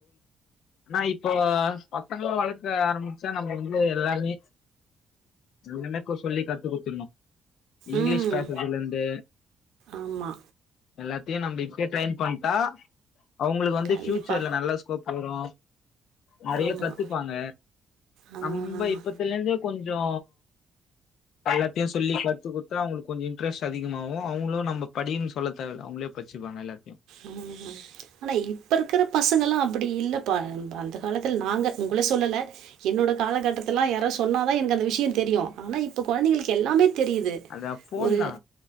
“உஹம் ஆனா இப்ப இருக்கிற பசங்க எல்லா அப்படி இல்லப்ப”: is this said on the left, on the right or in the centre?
Right